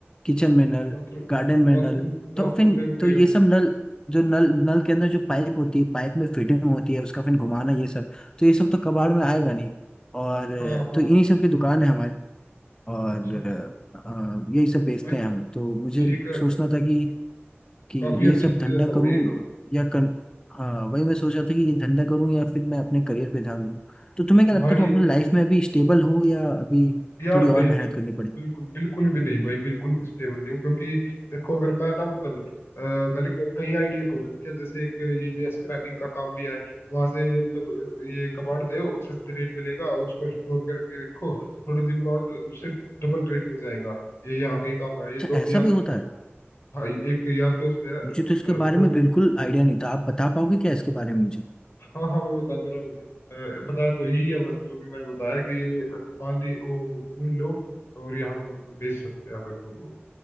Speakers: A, on the left (about 20°); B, on the left (about 70°).
A: किचन में नल
B: Bathroom
A: गार्डन में
B: bathroom
A: नल तो
B: बाथरूम
A: फिर
B: में वो नहीं
A: तो ये
B: है
A: सब नल जो नल नल के अंदर जो पाइप होती है पाइप में फिटिंग होती है उसका फिर घुमाना ये सब तो ये सब तो कबाड़ में आएगा नहीं और अ,
B: हाँ हाँ
A: तो इन्हीं
B: हाँ
A: सब की दुकान है हमारी और
B: अच्छा अच्छा अच्छा
A: अ, अ, यही सब बेचते
B: भाई
A: हैं हम तो मुझे
B: ठीक है
A: सोचना था कि कि
B: काफी
A: ये
B: अच्छा
A: सब
B: बिजनेस
A: धंधा
B: है
A: करूं
B: भाई ये तो
A: या कर हाँ वही मैं सोच रहा था कि ये धंधा करूं या फिर मैं अपने करियर पे ध्यान दूं तो तुम्हें क्या लगता
B: भाई
A: है तुम अपनी लाइफ में अभी स्टेबल हो या अभी
B: यार
A: थोड़ी
B: नहीं
A: और मेहनत
B: बिल्कुल
A: करनी पड़ी
B: बिल्कुल बिल्कुल भी नहीं भाई बिल्कुल भी स्टेबल नहीं हूँ क्योंकि देखो अगर मैं ना मतलब अ, मैंने क- कई आइडिया सोच रखे हैं जैसे एक ये भी स्क्रैबिंग का काम भी है वहां से मतलब ये कबाड़ ले आओ, सस्ते रेट में लेगा और उसको स्टोर करके रखो थोड़े दिन बाद उससे डबल रेट में जाएगा ये यहाँ का ही काम है ये दो
A: अच्छा ऐसा
B: यार
A: भी
B: दोस्त
A: होता है
B: है हाँ ये- एक यार दोस्त है
A: मुझे तो इसके
B: अ, उन्होंने
A: बारे में बिल्कुल आइडिया नहीं था आप बता पाओगे क्या इसके बारे में मुझे
B: हाँ हाँ मैं बता तो रहा हूँ अ, बताया तो यही है बस जो भी मैंने बताया कि पानी वो फूल लो और यहाँ पे मतलब बेच सकते हैं अपने फूल को